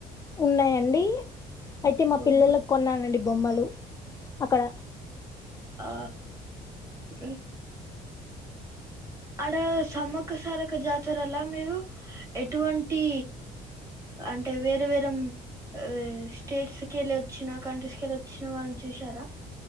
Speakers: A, on the left; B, on the right.
A: ఉన్నాయండి అయితే మా
B: బొమ్మ
A: పిల్లలక్ కొన్నానండి బొమ్మలు అక్కడ
B: ఆ ఉమ్ ఆడ సమ్మక్క సారక్క జాతరల మీరు ఎటువంటి అంటే వేరే వేరేమ్ ఆస్టేట్స్ కెలచ్చిన కంట్రీస్ కెళ్ళచ్చిన వాళ్ళని చూసారా